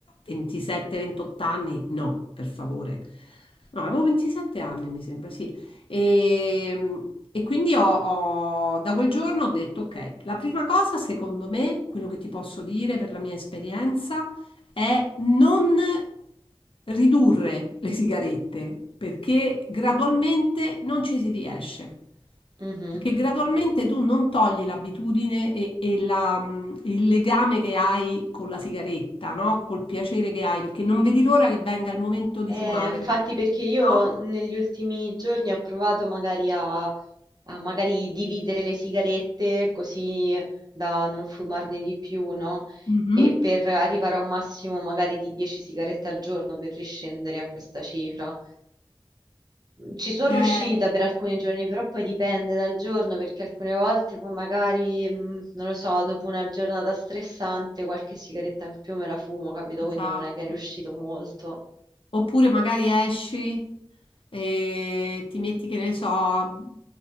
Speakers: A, on the left (about 70°); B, on the right (about 45°).
A: 27-28 anni, no, per favore. No, avevo 27 anni, mi sembra, sì. E, e quindi ho, ho- da quel giorno ho detto, ok, la prima cosa, secondo me, quello che ti posso dire per la mia esperienza, è non ridurre le sigarette, perché gradualmente non ci si riesce,
B: Mhm.
A: perché gradualmente tu non togli l'abitudine e, e la, mh, il legame che hai con la sigaretta, no? Col piacere che hai, perché non vedi l'ora che venga il momento di
B: Eh,
A: fumare,
B: infatti
A: perché,
B: perché io
A: no?
B: negli ultimi giorni ho provato magari a, a magari dividere le sigarette così da non fumarne di più, no?
A: Mhm.
B: E per arrivare a un massimo magari di 10 sigarette al giorno per riscendere a questa cifra. Ci sono riuscita
A: Eh,
B: per alcuni giorni, però poi dipende dal giorno, perché alcune volte poi magari, mm, non lo so, dopo una giornata stressante qualche sigaretta in più me la fumo, capito?
A: esatto.
B: Quindi non è che è riuscito molto.
A: Oppure magari esci e ti metti, che ne so,